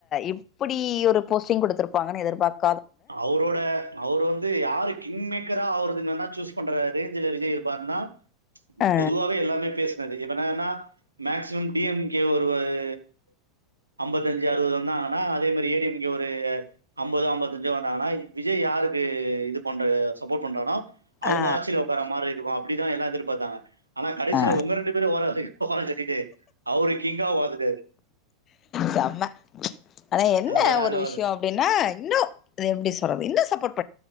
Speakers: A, on the left; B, on the right.
A: இப்புடி ஒரு போஸ்டிங் குடுத்துருப்பாங்கனு எதிர்பாக்
B: அவரோட அவர் வந்து யாரு கிங்மேட் சின்சியரா ஆவருது என்னன்னா சூஸ் பண்ற ரேஞ்சில விஜய் இருப்பாருன்னா
A: அ
B: பொதுவாவே எல்லாமே பேச இப்ப என்னனா மேக்சிமம் டி எம் கே வருவாரு ஐம்பத்தஞ்சு அறுவது வந்தாங்கனா அதே மாரி ஏ டி எம் கே ஒரு ஐம்பது ஐம்பது விஜய் வந்தாங்கன்னா விஜய் யாருக்கு இது பண் சப்போர்ட் பண்றான அவுங்க
A: ஆ
B: ஆட்சியில உக்கார மாரி இரு அப்டித்தா எல்லா எதிர்பார்த்தாங்க ஆனா கடைசியில
A: ஆ
B: உங்க ரெண்டு பேரையும் ஓர ஓரங்கட்டிட்டு அவரு கிங்கா வொந்துட்டாரு
A: செம்ம ஆனா என்ன
B: அதெல்லாம் வேற
A: ஒரு
B: லெவல்
A: விஷ்ய அப்டின்னா இன்னு அது எப்டி சொல்றது இன்னும் சப்போட்